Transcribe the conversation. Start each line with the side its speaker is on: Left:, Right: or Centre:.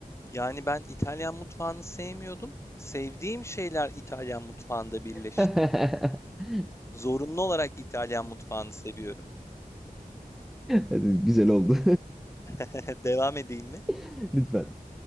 Left: Yani ben İtalyan mutfağını sevmiyordum. Sevdiğim şeyler İtalyan mutfağında birleşti.
Centre: <laughs>
Left: Zorunlu olarak İtalyan mutfağını seviyorum.
Centre: Hadi, güzel oldu.
Left: <laughs> Devam edeyim mi?
Centre: <laughs> Lütfen.